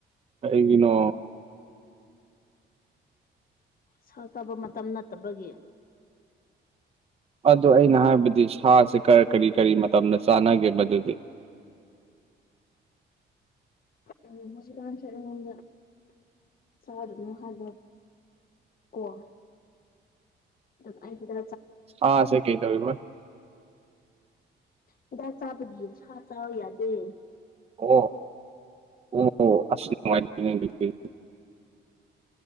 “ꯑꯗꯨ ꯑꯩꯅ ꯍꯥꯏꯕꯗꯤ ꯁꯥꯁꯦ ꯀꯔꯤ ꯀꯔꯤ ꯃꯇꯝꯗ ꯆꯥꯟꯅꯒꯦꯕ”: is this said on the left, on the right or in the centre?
Right